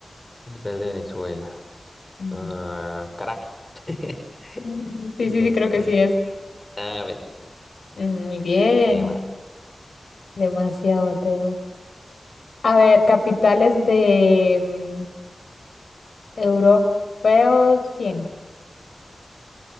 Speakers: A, on the left; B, on the left.
A: Capital de Venezuela.
B: Mm.
A: Ah, Caracas. <laughs>
B: Mm, Sí,
A: No
B: sí, sí, creo
A: sé.
B: que sí es.
A: Ah, ves, pues,
B: Mm, Muy bien,
A: qué bate.
B: demasiado, Teo. A ver, capitales de mm, europeos cien